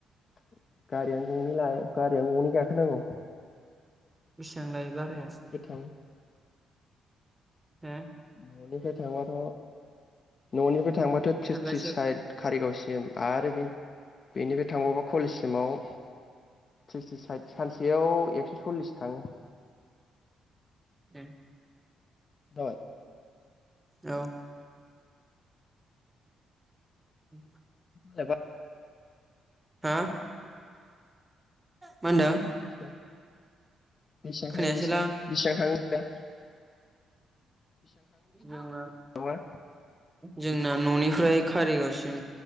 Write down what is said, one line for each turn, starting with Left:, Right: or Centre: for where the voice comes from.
Left: <inaudible> गारियानो गंनै लायो गारियानो गंनै गाखोनांगौ
Right: बेसेबां लायो बाराया
Left: थों
Right: हो
Left: न'निफ्राय थांबाथ' न'निफ्राय थांबाथ' थ्रिस
Right: थांगासे
Left: थ्रिस
Right: औ
Left: साइड कारिगावसिम आरो बे बेनिफ्राय थांबावबा कलेजसिमाव थ्रिस थ्रिस सानसेयाव एकस' सल्लिस थाङो
Right: ए
Left: जाबाय
Right: औ उम
Left: बा <inaudible>
Right: हा मा होनदों
Left: बेसेबां थाडों नोंसोरना? बेसिबां
Right: खोनायासैलां
Left: थांडों नोंसिना बेसेबां थांडों नोंसिना?
Right: जोंना
Left: बा।
Right: जोंना न'निफ्राय कारिगावसिम